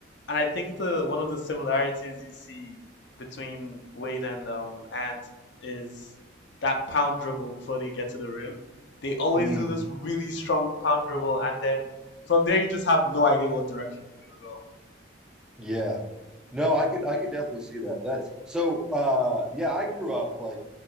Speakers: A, on the left; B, in the centre.
A: and I think the one of the similarities you see between Wade and um and is that pound dribble before they get to the rim. They always
B: Mm.
A: do this really strong pound dribble, and then from there you just have no idea what direction they're gonna go.
B: Yeah. No, I could I could definitely see that. That's so uh yeah, I grew up like